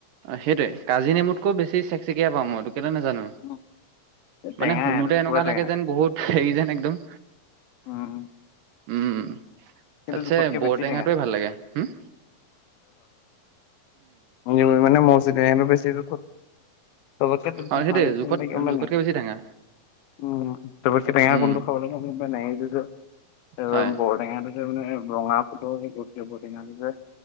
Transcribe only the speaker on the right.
সেইটোৱে কাজি নেমুতকৈ বেছি চেকচিকিয়া পাওঁ মইটো কেলে নোজানো।
মানে শুনোঁতে
এনেকুৱা
লাগে যেন বহুত হেৰি যেন একদম
উম
তাছে
বৰটেঙাটো
ভাল লাগে হম।
অ সেইটোৱে জোখত
জোখতকে বেছি টেঙা
উম
হয়